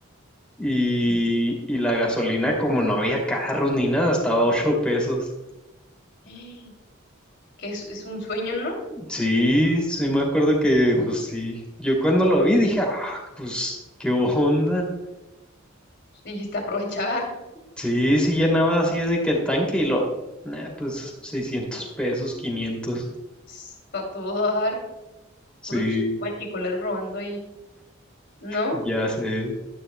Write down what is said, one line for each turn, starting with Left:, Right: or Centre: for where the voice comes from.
Centre: Y,
Left: Mm.
Centre: y la gasolina, como no había carros ni nada, estaba a 8 pesos.
Left: <gasps> que es, es un sueño, ¿no?
Centre: Sí, sí me acuerdo que, pues sí. Yo cuando lo vi dije, ah, pues, qué onda.
Left: Dijiste aprovechar,
Centre: Sí, sí llenaba así de que el tanque y lo, nah, pues 600 pesos, quinientos.
Left: <laughs> está todo dar,
Centre: Sí,
Left: puro ch- guachicolero robando ahí. No,
Centre: ya sé.